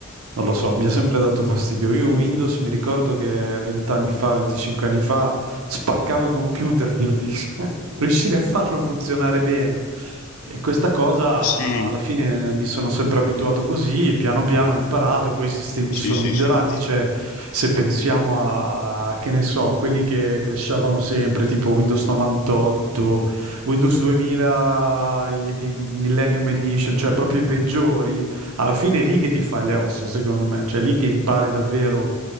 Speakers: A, on the right (about 85°); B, on the left (about 80°).
A: non lo so, mi ha sempre dato fastidio. Io Windows mi ricordo che vent'anni fa, 25 anni fa, spaccavo i computer pur di <laughs> riuscire a farlo funzionare bene. E questa cosa
B: Sì,
A: alla fine eh, mi sono sempre abituato così, piano piano ho imparato, poi i sistemi
B: sì,
A: sono
B: sì,
A: migliorati,
B: sì.
A: cioè se pensiamo a, che ne so, quelli che crescevano sempre, tipo Windows 98, Windows 2000, e di- Millennium Edition, cioè proprio i peggiori alla fine è lì che ti fai le ossa, secondo me, cioè è lì che impari davvero